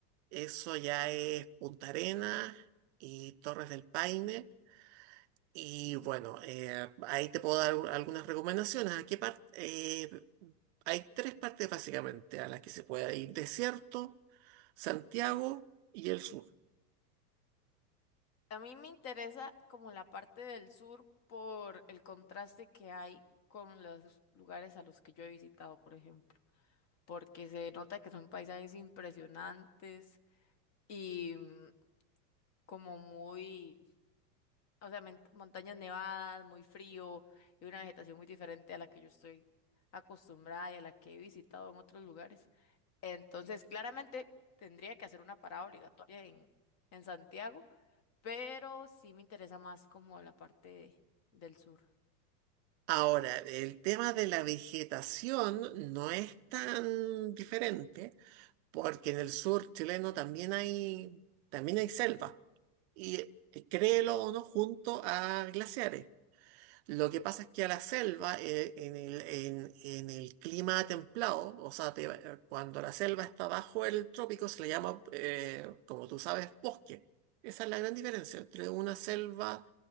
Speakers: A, on the right; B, on the left.
A: eso ya es Punta Arenas y Torres del Paine. Y bueno, eh, ahí te puedo dar algunas recomendaciones. Aquí par- eh, hay tres partes básicamente a las que se puede ir. Desierto, Santiago y el sur.
B: A mí me interesa como la parte del sur por el contraste que hay con los lugares a los que yo he visitado, por ejemplo, porque se nota que son paisajes impresionantes y mm, como muy o sea, men- montañas nevadas, muy frío y una vegetación muy diferente a la que yo estoy acostumbrada y a la que he visitado en otros lugares. Entonces, claramente tendría que hacer una parada obligatoria en, en Santiago, pero sí me interesa más como la parte del sur.
A: Ahora, el tema de la vegetación no es tan diferente, porque en el sur chileno también hay, también hay selva. Y eh, créelo o no, junto a glaciares. Lo que pasa es que a la selva, eh, en el, en- en el clima templado, o sea, te- cuando la selva está bajo el trópico, se le llama, eh, como tú sabes, bosque. Esa es la gran diferencia entre una selva